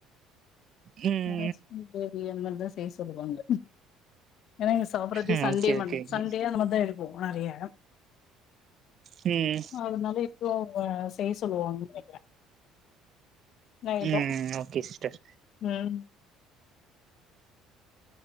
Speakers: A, on the right; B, on the left.
A: ம்
B: ஏதாச்சு கிரேவி அந்த மாரிதா செய்ய சொல்லுவாங்க ஏனா இங்க சாப்பறகே
A: ம்
B: சண்டே
A: ஓகே
B: மன்
A: ஓகே ஓகே
B: சண்டே அந்த மாரி தா எடுப்போ நெறைய
A: ம்
B: அதுனால இப்போ செய்ய சொல்லுவாங்கன் நெனைக்கிறே நைட்டு
A: ம் ஓகே சிஸ்டர்
B: ம்